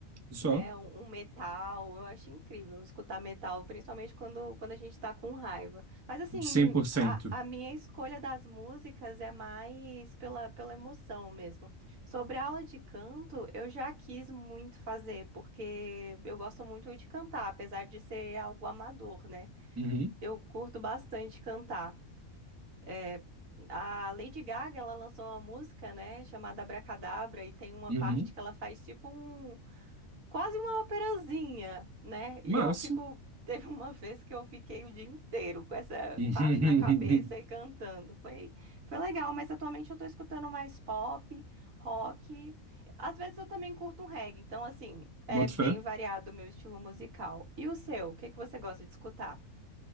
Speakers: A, on the right (about 15°); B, on the right (about 75°).
A: Só,
B: né? Um, um metal, eu acho incrível escutar metal, principalmente quando, quando a gente tá com raiva. Mas assim,
A: 100%.
B: a, a minha escolha das músicas é mais pela, pela emoção mesmo. Sobre a aula de canto, eu já quis muito fazer, porque eu gosto muito de cantar, apesar de ser algo amador, né?
A: Uhum,
B: Eu curto bastante cantar. É, A Lady Gaga, ela lançou uma música, né, chamada Abracadabra, e tem uma
A: uhum.
B: parte que ela faz tipo um, quase uma operazinha, né?
A: Massa.
B: E eu fico. <laughs> Teve uma vez que eu fiquei o dia inteiro com essa
A: <laughs>
B: parte na cabeça e cantando. Foi, foi legal, mas atualmente eu tô escutando mais pop, rock. Às vezes eu também curto um reggae, então, assim, é
A: Boto
B: bem
A: fé.
B: variado o meu estilo musical. E o seu? O que que você gosta de escutar?